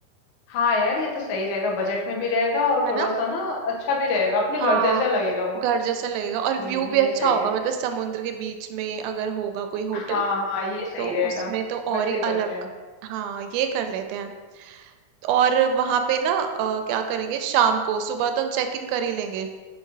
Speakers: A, on the left; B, on the right.
A: हाँ यार ये तो सही रहेगा बजट में भी रहेगा और
B: है
A: थोड़ा
B: ना
A: सा ना अच्छा भी रहेगा अपने
B: हाँ
A: घर जैसा लगेगा वो
B: घर जैसा लगेगा और
A: हम्म
B: व्यू भी
A: ये
B: अच्छा
A: सही
B: होगा
A: है
B: मतलब समुद्र के बीच में अगर होगा कोई होटल
A: हाँ हाँ ये सही
B: तो
A: रहेगा
B: उसमें तो और
A: वैसे
B: ही
A: ही करते
B: अलग
A: हैं
B: हाँ ये कर लेते हैं और वहां पे ना अ, क्या करेंगे शाम को सुबह तो हम चेक इन कर ही लेंगे